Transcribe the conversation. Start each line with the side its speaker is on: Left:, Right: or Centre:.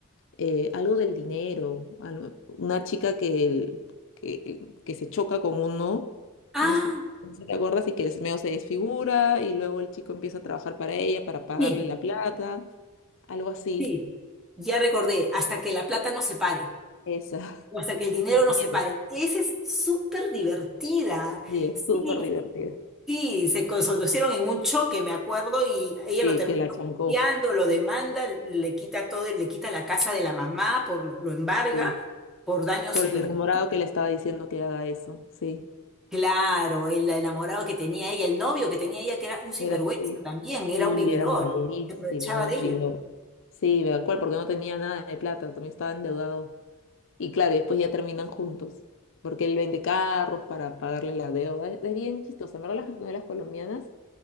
Left: eh, algo del dinero, algo- una chica que, el- que, que se choca con uno,
Centre: Ah,
Left: no sé no sé si te acuerdas, y que es- medio se desfigura y luego el chico empieza a trabajar para ella, para pagarle
Centre: sí,
Left: la plata, algo así.
Centre: sí, Ya recordé, hasta que la plata nos separe
Left: Esa <laughs>
Centre: o hasta que el dinero nos
Left: también.
Centre: separe. Esa es súper divertida.
Left: Sí, es
Centre: Sí,
Left: súper divertida.
Centre: sí, se conocieron en un choque, me acuerdo, y ella
Left: Sí,
Centre: lo termina
Left: que la chancó,
Centre: hostiando, lo demanda, le quita todo, le quita la casa de la mamá, por lo, lo embarga
Left: sí.
Centre: por daños
Left: Por
Centre: y
Left: el
Centre: perjuicios.
Left: enamorado que le estaba diciendo que haga eso, sí.
Centre: Claro, el enamorado que tenía ella, el novio que tenía ella, que era un sinvergüenza
Left: Era, sí.
Centre: también,
Left: Sí,
Centre: era un vividor,
Left: era malísimo,
Centre: se aprovechaba
Left: era
Centre: de
Left: un
Centre: ella.
Left: vividor. Sí, ¿verdad? ¿Cuál? Porque no tenía nada de plata, también estaba endeudado. Y claro, y después ya terminan juntos, porque él vende carros para pagarle la deuda. Es, es bien chistoso, en verdad las novelas colombianas